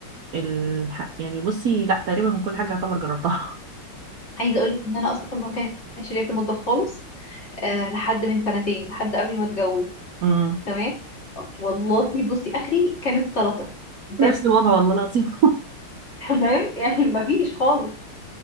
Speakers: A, on the right; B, on the left.
A: الح... يعني بصي لا تقريبا كل حاجة يعتبر جربتها
B: عايزة اقولك ان انا اصلا ما كانش ليا في المطبخ خالص أه لحد من سنتين لحد قبل ما اتجوز
A: <laughs> امم
B: تمام والله بصي اخري كانت سلطة بس
A: نفس الوضع والله العظيم
B: <laughs> تمام يعني ما فيش خالص